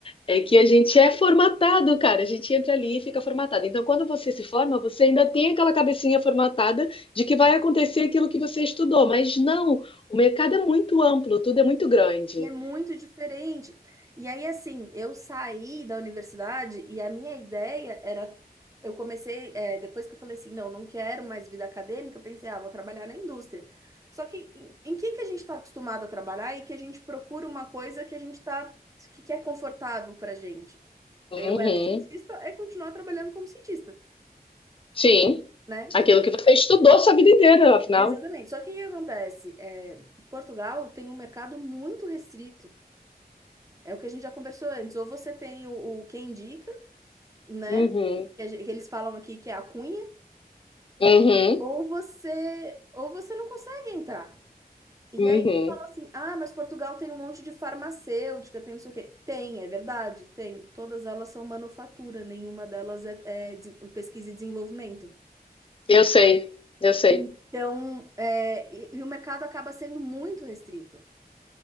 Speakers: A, on the left; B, on the right.
A: É que a gente é formatado, cara. A gente entra ali e fica formatado. Então, quando você se forma, você ainda tem aquela cabecinha formatada de que vai acontecer aquilo que você estudou. Mas não, o mercado é muito amplo, tudo é muito grande.
B: E é muito diferente. E aí, assim, eu saí da universidade e a minha ideia era. Eu comecei, é, depois que eu falei assim, não, não quero mais vida acadêmica, eu pensei, ah, vou trabalhar na indústria. Só que em, em que que a gente está acostumado a trabalhar e que a gente procura uma coisa que a gente tá, que, que é confortável pra gente?
A: Uhum.
B: Eu era cientista, é continuar trabalhando como cientista,
A: Sim.
B: né?
A: Aquilo que você estudou sua vida inteira, afinal.
B: Exatamente. Só que o que acontece? É, Portugal tem um mercado muito restrito. É o que a gente já conversou antes. Ou você tem o, o quem indica, né?
A: Uhum.
B: Que, a gen- que eles falam aqui que é a cunha,
A: Uhum.
B: ou você, ou você não consegue entrar. E
A: Uhum.
B: aí eles falam assim: ah, mas Portugal tem um monte de farmacêutica, tem não sei o quê. Tem, é verdade, tem. Todas elas são manufatura, nenhuma delas é, é de- pesquisa e desenvolvimento.
A: Eu sei, eu sei.
B: Então, é, e e o mercado acaba sendo muito restrito.